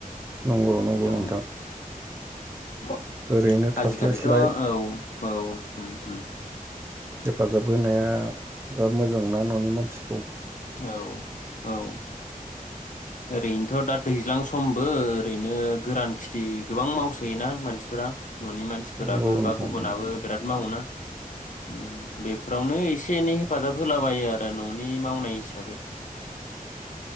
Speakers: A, on the right; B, on the left.
A: नंगौ नंगौ
B: ओम,
A: नोंथां।
B: आजिखालिथ
A: ओरैनो
B: औ
A: थास्लायस्लाय
B: औ ओम ओम।
A: हेफाजाब होनाया दा मोजां ना ननि मानसि
B: औ औ। ओरैनोथ' दा दैज्लां समबो ओरैनो गोरान खेथि गोबां मावसोयोना मानसिफोरा ननि मानसिफोराबो
A: नंगौ नोंथां
B: बा गुबुनाबो
A: नंगौ
B: बिराद मावोना ओम बेफोरावनो एसे एनै हेफाजाब होलाबायो आरो ननि मावनाय हिसाबै।